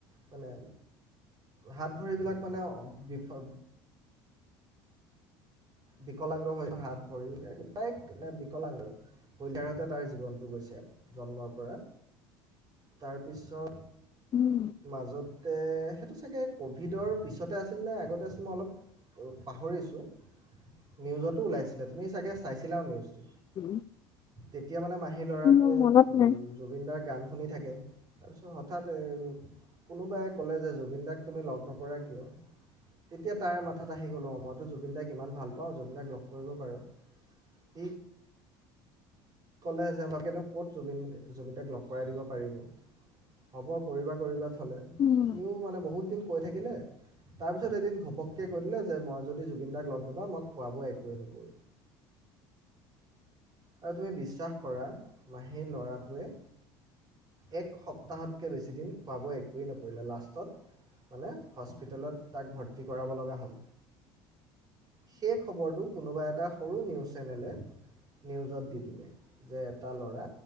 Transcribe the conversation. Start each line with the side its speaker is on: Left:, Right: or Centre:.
Right: মানে হাত ভৰিবিলাক মানে বিফ বিকলাংগ হৈ হাত ভৰি <unintelligible> বিকলাংগ আৰু। হুইল চেয়াৰতে তাৰ জীৱনটো গৈছে জন্মৰ পৰা। তাৰপিছত
Left: উম।
Right: মাজতে, সেইটো চাগে ক'ভিডৰ পিছতে আছিল নে আগতে আছিল মই অলপ উ, পাহৰিছোঁ। নিউজতো ওলাইছিলে, তুমি চাগে চাইছিলাও নিউজটো।
Left: <inaudible>
Right: তেতিয়া মানে মাহী ল'ৰাটোৱে
Left: মোৰ মনত
Right: বু-জুবিন
Left: নাই।
Right: দাৰ গান শুনি থাকে। তাৰপিছত হঠাৎ এ, কোনোবাই ক'লে যে জুবিন দাক তুমি লগ নকৰা কিয়। তেতিয়া তাৰ মাথাত আহি গ'ল অ' মইতো জুবিন দাই ইমান ভাল পাওঁ, জুবিনদাক লগ কৰিব পাৰোঁ। সি ক'লে যে আমাকেনো ক'ত জুবিন, জুবিন দাক লগ কৰাই দিব পাৰিব। হ'ব কৰিবা কৰিবা থলে,
Left: উম।
Right: সিও মানে বহুত দিন কৈ থাকিলে তাৰপিছত এদিন ঘপককে কৈ দিলে যে মই যদি জুবিন দাক লগ নাপওঁ, মই খোৱ বোৱা একোৱেই নকৰোঁ। আৰু তুমি বিচ শ্বাস কৰা মাহীৰ ল'ৰাটোৱে এক সপ্তাহতকৈ বেছিদিন খোৱা বোৱা একোৱেই নকৰিলে লাষ্টত মানে হস্পিটেলত তাক ভৰ্তি কৰাব লগা হ'ল। সেই খবৰটো কোনোবা এটা সৰু নিউজ চেনেলে নিউজত দি দিলে। যে এটা ল'ৰা